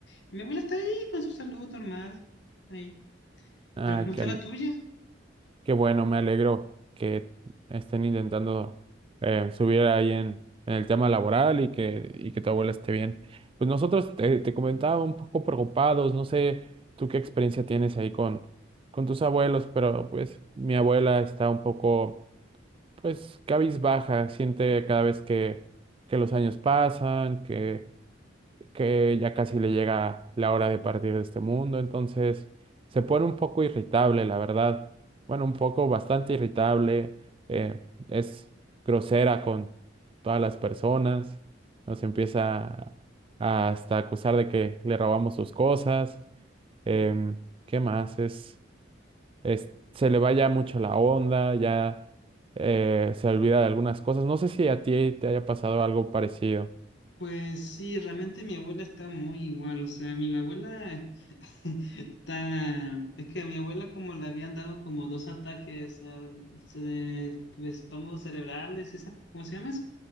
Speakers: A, on the left (about 65°); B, on the right (about 30°).
A: y mi abuela está ahí con su salud normal, ahí.
B: Ah,
A: Pero ¿cómo está
B: qué, al-
A: la tuya?
B: qué bueno, me alegro que estén intentando eh, subir ahí en, en el tema laboral y que, y que tu abuela esté bien. Pues nosotros te, te comentaba un poco preocupados, no sé tú qué experiencia tienes ahí con, con tus abuelos, pero pues mi abuela está un poco, pues cabizbaja, siente cada vez que, que los años pasan, que que ya casi le llega la hora de partir de este mundo, entonces se pone un poco irritable, la verdad. Bueno, un poco bastante irritable, eh, es grosera con todas las personas, nos empieza a hasta acusar de que le robamos sus cosas, em,
A: Mm,
B: ¿qué más? Es, es- se le va ya mucho la onda, ya eh, se olvida de algunas cosas. No sé si
A: mm.
B: a ti te haya pasado algo parecido,
A: Pues sí, realmente mi abuela está muy igual, o sea, mi abuela... <laughs> Está... Es que a mi abuela como le habían dado como dos ataques al cere- estómago cerebrales, esa, ¿cómo se llama eso?